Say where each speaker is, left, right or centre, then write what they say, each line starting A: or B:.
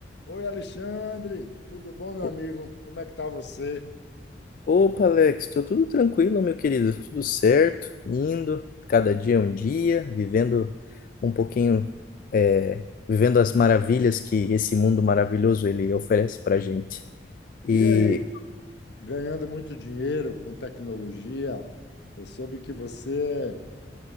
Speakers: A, on the left; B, on the left.
A: Oi, Alexandre, tudo bom, meu
B: O-
A: amigo? Como é que tá você?
B: Opa, Alex, tô tudo tranquilo, meu querido, tudo certo, indo, cada dia é um dia, vivendo um pouquinho, é, vivendo as maravilhas que esse mundo maravilhoso ele oferece pra gente. E
A: E aí, ganhando muito dinheiro com tecnologia? Eu soube que você